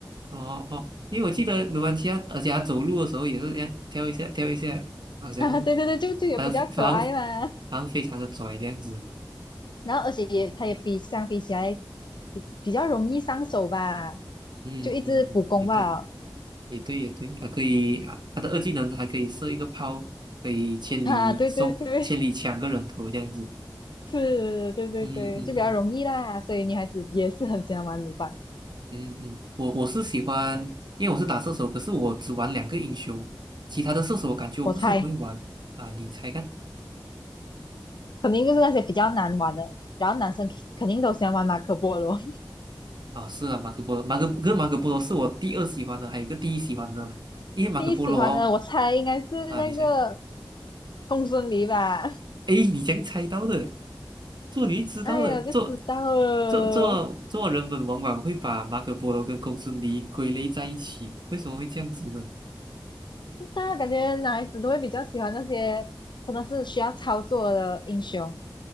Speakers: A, on the right; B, on the left.
A: 哦哦，因为我记得鲁班七号，而且他走路的时候也是这样跳一下跳一下，好像
B: 啊，对对对，就就有比较可爱嘛。
A: 好像非好像好像非常的拽这样子。
B: 然后而且也它也比相比起来
A: 嗯
B: 比比较容易上手吧，
A: 嗯嗯，
B: 就一直补攻吧。
A: 嗯也对。也对，也对，啊，可以啊，他的二技能还可以射一个炮，可以千里送千里抢个人头这样子。
B: <laughs> 啊，对对对，是，对对对，
A: 嗯嗯
B: 就比较容易啦。所以女孩子也是很喜欢玩鲁班，
A: 嗯嗯嗯，我我是喜欢，因为我是打射手，可是我只玩两个英雄，其他的射手我感觉我不是很会玩啊。
B: 我猜。
A: 你猜看
B: 肯定就是那些比较难玩的。然后男生肯定都喜欢玩马可波罗，
A: 啊？是啊，马可波罗，马可跟马可波罗是我第二喜欢的，还有一个第一喜欢的，
B: <laughs>
A: 因为马可波罗哦
B: 第一喜欢的我猜应该是那个
A: 啊，你猜。
B: 公孙离吧。
A: 哎，你怎样猜到的？做你知道的，
B: 哎呀，就知道了，
A: 做做做做人们往往会把马可波罗跟公孙离归类在一起，为什么会这样子呢？
B: 大家感觉男孩子都会比较喜欢那些真的是需要操作的英雄。